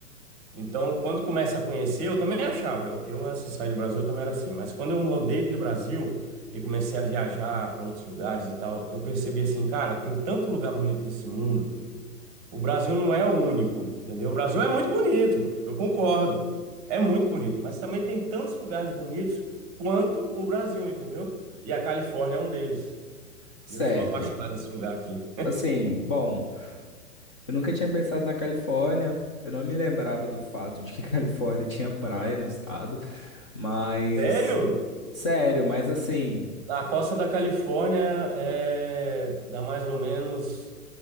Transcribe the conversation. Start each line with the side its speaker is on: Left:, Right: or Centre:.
Right: Então, quando começa a conhecer, eu também achava. Eu, eu antes de sair do Brasil, eu também era assim. Mas quando eu mudei do Brasil e comecei a viajar para outros lugares e tal, eu percebi assim, cara, tem tanto lugar bonito nesse mundo. O Brasil não é o único, entendeu? O Brasil é muito bonito, eu concordo. É muito bonito, mas também tem tantos lugares bonitos quanto o Brasil, entendeu? E a Califórnia é um deles.
Left: certo.
Right: E eu sou apaixonado nesse lugar aqui.
Left: Assim, bom. Eu nunca tinha pensado na Califórnia. Eu não me lembrava do fato de que a <laughs> Califórnia tinha praia no estado. Mas,
Right: Sério?
Left: sério, mas assim,
Right: A costa da Califórnia é dá mais ou menos